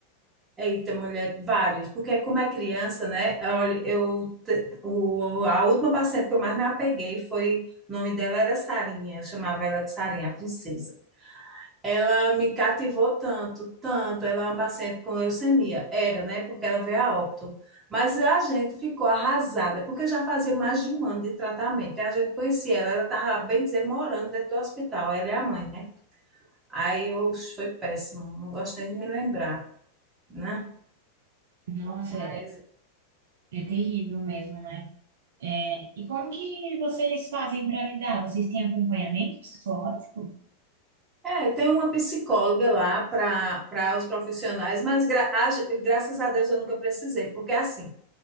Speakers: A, on the right; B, on the right.
A: Eita, mulher, vários, porque como é criança, né? Olha, eu te- o, a última paciente que eu mais me apeguei foi, o nome dela era Sarinha, eu chamava ela de Sarinha, a princesa. Ela me cativou tanto, tanto. Ela é uma paciente com leucemia, era, né? Porque ela veio a óbito. Mas a gente ficou arrasada, porque já fazia mais de um ano de tratamento. E a gente conhecia ela, ela estava, bem dizer, morando dentro do hospital, ela é a mãe, né? Aí eu, foi péssimo, não gosto nem de me lembrar, né?
B: Nossa,
A: Mas
B: é, é terrível mesmo, né? E como que vocês fazem para lidar? Vocês têm acompanhamento psicológico?
A: é, tem uma psicóloga lá para para os profissionais, mas gra- a ge- graças a Deus eu nunca precisei, porque assim,